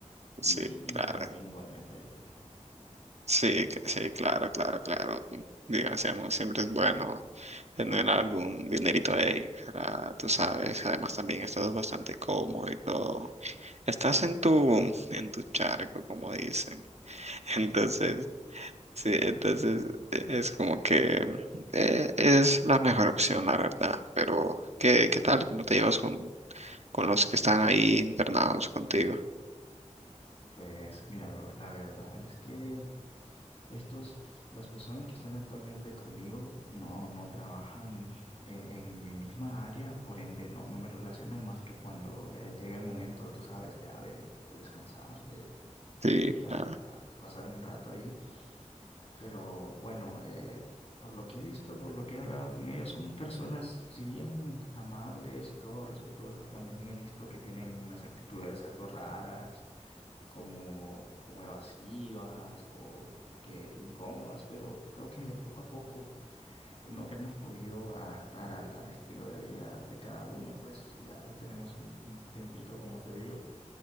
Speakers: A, on the left (about 55°); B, on the right (about 60°).
A: y,
B: sí, claro,
A: y me vaya bien igualmente ahí.
B: sí, que- sí, claro, claro, claro. Digamos, siempre es bueno tener algún dinerito ahí, para, tú sabes, además también estás bastante cómodo y todo. Estás en tu, en tu charco, como dicen.
A: <laughs>
B: <laughs> Entonces,
A: Sí,
B: Sí, entonces e- es como que eh, es la mejor opción, la verdad. Pero, ¿qué, qué tal? ¿Cómo te llevas con, con los que están ahí internados contigo?
A: pues mira, bro, la verdad es que... Estos, las personas que están actualmente conmigo no, no trabajan eh, en mi misma área, por ende no, no me relaciono más que cuando eh, llega el momento, tú sabes, ya de, de descansar, de,
B: Sí,
A: de ir a,
B: claro.
A: a pasar un rato ahí. Pero bueno, eh, por lo que he visto, por lo que he hablado con ellos, son personas, si bien amables y todo, respetuosas, también he visto que tienen unas actitudes algo raras como, como evasivas o, o que incómodas, pero creo que poco a poco eh, no hemos podido adaptar al, al estilo de vida de cada uno, pues ya tenemos un, un tiempito, como te digo,